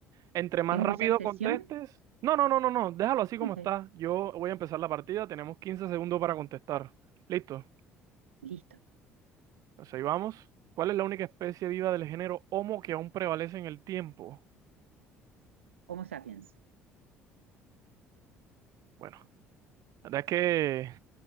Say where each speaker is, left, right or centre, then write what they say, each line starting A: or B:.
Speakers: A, on the right; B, on the right.
A: Entre más
B: ¿Tengo
A: rápido
B: que usar sesión?
A: contestes, no, no, no, no, no, déjalo así como
B: Ok,
A: está. Yo voy a empezar la partida, tenemos 15 segundos para contestar. Listo.
B: listo.
A: Entonces ahí vamos. ¿Cuál es la única especie viva del género Homo que aún prevalece en el tiempo?
B: Homo sapiens.
A: Bueno, la verdad es que